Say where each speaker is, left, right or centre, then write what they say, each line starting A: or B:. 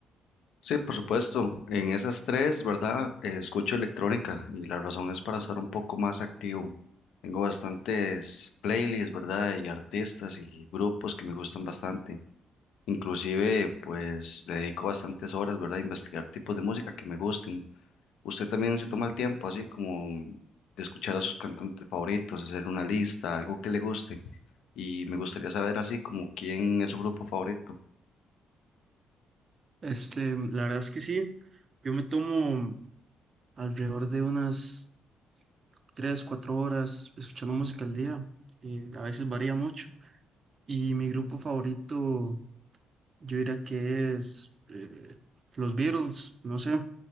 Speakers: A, on the left (about 80°); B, on the right (about 40°).
A: Sí, por supuesto. En esas tres, ¿verdad? Eh, escucho electrónica y la razón es para estar un poco más activo. Tengo bastantes playlists, ¿verdad? Y artistas y grupos que me gustan bastante. Inclusive, pues le dedico bastantes horas, ¿verdad? A investigar tipos de música que me gusten. Usted también se toma el tiempo, así como de escuchar a sus cantantes favoritos, hacer una lista, algo que le guste. Y me gustaría saber así como quién es su grupo favorito.
B: Este, la verdad es que sí, yo me tomo alrededor de unas 3, 4 horas escuchando música al día, y a veces varía mucho. Y mi grupo favorito, yo diría que es eh, los Beatles, no sé,